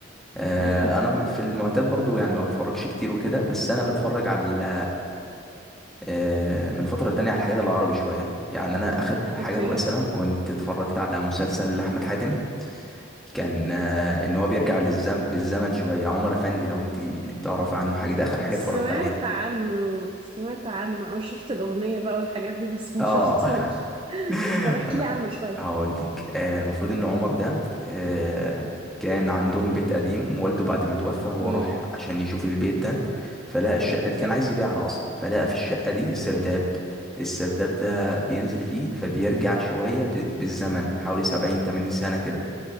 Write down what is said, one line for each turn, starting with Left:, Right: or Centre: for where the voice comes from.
Centre: آه،
Right: مم.
Centre: انا في المعتاد برضو يعني ما بتفرجش كتير وكده بس انا بتفرج على آه، من فترة تانية على الحاجات العربي شوية يعني أنا آخر حاجة
Right: اوكي
Centre: مثلا كنت اتفرجت على مسلسل لأحمد حاتم كان آه، إن هو بيرجع للزم... بالزمن شوية عمر أفندي لو أنت تعرف عنه حاجة ده آخر حاجة
Right: سمعت
Centre: اتفرجت عليها
Right: عنه سمعت عنه او شفت الأغنية بقى والحاجات دي بس ما
Centre: اه
Right: شفتوش
Centre: <laughs>
Right: <laughs>
Centre: <laughs>
Right: طب احكي
Centre: أنا
Right: لي عنه شوية
Centre: هقول لك آه، المفروض ان عمر ده آه، كان عندهم بيت قديم والده بعد ما توفى هو
Right: امم
Centre: راح عشان يشوف البيت ده فلقى الشقة دي كان
Right: حلو
Centre: عايز يبيعها اصلا فلقى في الشقة دي سرداب
Right: مم.
Centre: السرداب ده بينزل فيه فبيرجع شوية ب- بالزمن حوالي 70 80 سنة كده